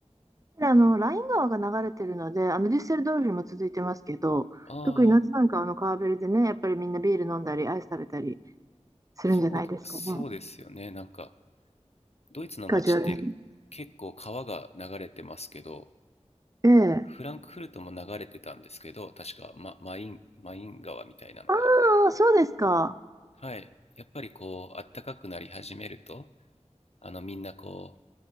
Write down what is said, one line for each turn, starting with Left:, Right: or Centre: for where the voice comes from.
Right: であの、ライン川が流れてるので、あの、デュッセルドルフも続いてますけど、
Left: ああ
Right: 特に夏なんかはあの川べりでね、やっぱりみんなビール飲んだり、アイス食べたりするんじゃないですかね。
Left: そうそうですよねなんかドイツの街って結構川が流れてますけど、
Right: カジュアルに。ええ。
Left: フランクフルトも流れてたんですけど、確かママイン、マイン川みたいなのが。
Right: ああ、そうですか。
Left: はい。やっぱりこう、あったかくなり始めると、あのみんなこ